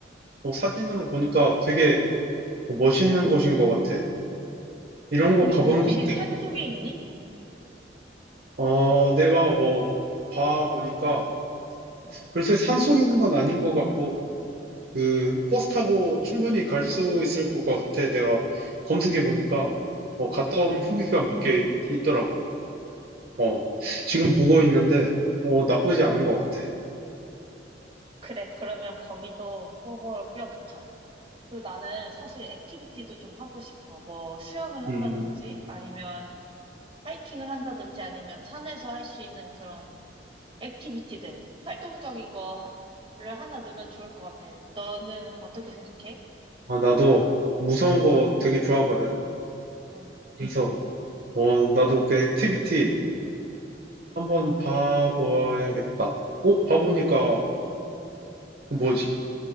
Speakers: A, on the right; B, on the right.
A: 어, 사진으로 보니까 되게 멋있는 곳인 것 같아. 이런
B: 근데
A: 곳 가보는
B: 거기 혹시
A: 거 어때?
B: 산 속에 있니?
A: 어, 내가 뭐, 봐 보니까,
B: 응.
A: 글쎄 산속에 있는 건 아닌 것 같고, 그, 버스 타고 충분히 갈 수 있을 것 같아. 내가 검색해 보니까, 어, 갔다 온
B: 음,
A: 후기가 몇 개 있더라고. 어, 지금 보고 있는데, 어, 나쁘지
B: 음.
A: 않은 것 같아.
B: 그래, 그러면 거기도 뽑아로 껴놓자. 그리고 나는 사실 액티비티도 좀 하고 싶어. 뭐 수영을 한다든지
A: 음,
B: 아니면 하이킹을 한다든지 아니면 산에서 할 수 있는 그런 액티비티들, 활동적인 거를 하나 넣으면 좋을 것 같아. 너는 어떻게 생각해?
A: 아, 나도 무서운 거 되게 좋아하거든.
B: 응.
A: 그래서, 어, 나도 그 액티비티, 한번 봐보아야겠다. 어? 봐보니까 뭐지?